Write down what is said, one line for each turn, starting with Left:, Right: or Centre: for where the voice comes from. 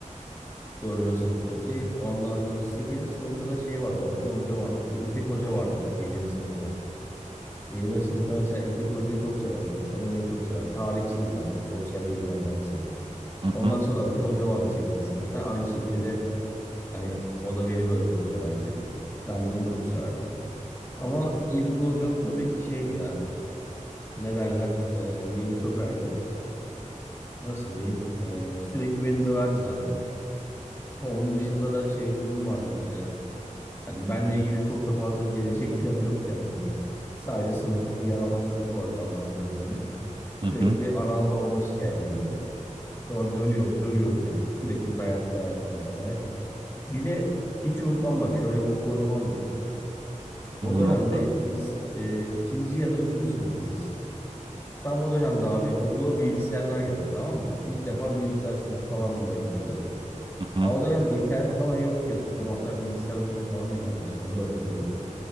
Left: Dördüncü sınıftaki. Ondan sonra sekizinci sınıfta da şey vardı. Akın Hoca vardı. Bir de İpek Hoca vardı yedinci sınıfta. Yedinci sınıfta mesela İpek Hoca'yı çok severdim. O da beni çok sever. Tarihçiydi zaten. Sosyal bilgiler dersi.
Right: hı
Left: Ondan
Right: hı,
Left: sonra da Akın Hoca vardı sekizinci sınıfta. Aynı şekilde Hani o da beni böyle çok severdi. Ben de onu çok severdim. Ama ilkokul hocanın tabii ki şeydi ya. Ne derler? E, yeri çok ayrı. Nasıl diyeyim? E, sürekli beni döverdi zaten. Onun dışında da şey durum vardı mesela. Hani benle ilgili çok da fazla bir gelecek <laughs> planı yoktu yani hocanın. Sadece sınıftaki yaramaz çocuk olarak adlandırıyordu beni. Sürekli
Right: hı hı.
Left: anama babama şikayet ediyordu. Sonra dönüyor, dövüyordu yani. Sürekli dayak, dayak, dayak, dayak. Bir de hiç unutmam bak şöyle bir okul anımı anlatayım. O
Right: <laughs> Anlat
Left: dönemde
Right: bakalım.
Left: biz e, ikinci ya da üçüncü sınıftayız. Tam o dönemde abi okula bilgisayarlar geldi tamam mı? İlk defa bilgisayar sınıfı falan böyle yapıldı.
Right: Hı
Left: Aa,
Right: hı,
Left: O dönemde internet falan yok diye hatırlıyorum. Hatta bilgisayar öğretmeni falan da gelmişti. Onu da hatırlıyorum.